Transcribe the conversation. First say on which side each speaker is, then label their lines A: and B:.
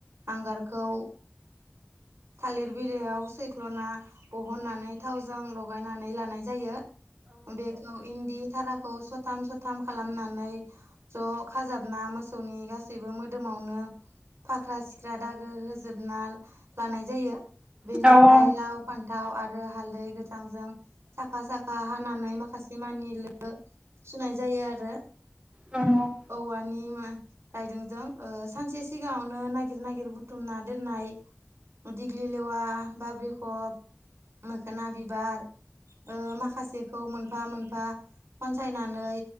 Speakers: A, on the right; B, on the right.
A: हांगारखौ थालिर बिलाइयाव सैख्ल'ना बहननानै थावजों लगायनानै लानाय जायो। बेखौ इन्दि थाराखौ सथाम सथाम खालामनानै ज' खाजाबना मोसौनि गासैबो मोदोमावनो फाख्रा सिख्रा दागो होजोबना लानाय जायो बेनिफ्राय
B: औ औ
A: लाव फान थाव आरो हालदै गोथांजों साखा साखा हानानै माखासे मानि लो सुनाय जायो आरो।
B: औ
A: औवानि मा रायदोंजों सानसे सिगाङावनो नागिर नागिर बुथुमना दोननाय दिग्लि लेवा बाब्रिखब मोखोना बिबार माखासेखौ मोनफा मोनफा खनसायनानै